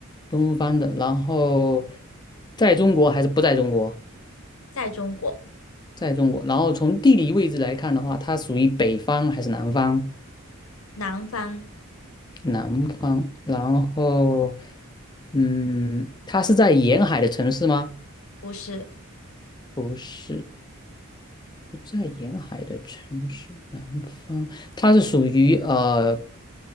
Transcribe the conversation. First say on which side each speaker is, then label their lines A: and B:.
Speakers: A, on the left; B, on the left.
A: 东方的，然后在中国还是不在中国？
B: 在中国，
A: 在中国，然后从地理位置来看的话，它属于北方还是南方？
B: 南方
A: 南方，然后，嗯，它是在沿海的城市吗？
B: 不是，
A: 不是，不在沿海的城市，南方，它是属于呃，